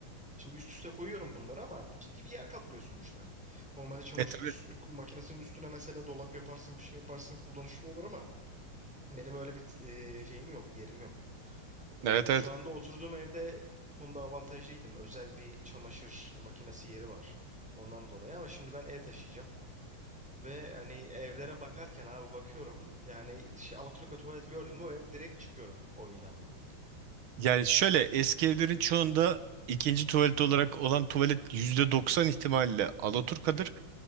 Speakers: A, in the centre; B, on the right (about 80°).
A: Şimdi üst üste koyuyorum bunları ama ciddi bir yer kaplıyor sonuçta. Normalde çamaşır
B: E tabii.
A: üst- makinesinin üstüne mesela dolap yaparsın bir şey yaparsın kullanışlı olur ama benim öyle bir e, şeyim yok, yerim yok. E,
B: Evet
A: şu
B: evet.
A: anda oturduğum evde bu konuda avantajlıydım. Özel bir çamaşır makinesi yeri var. Ondan dolayı ama şimdi ben ev taşıyacağım. Ve hani evlere bakarken abi bakıyorum. Yani şey, Alaturka tuvalet gördün mü oraya direkt çıkıyorum o ilandan.
B: Yani şöyle eski evlerin çoğunda ikinci tuvalet olarak olan tuvalet %90 ihtimalle alaturkadır.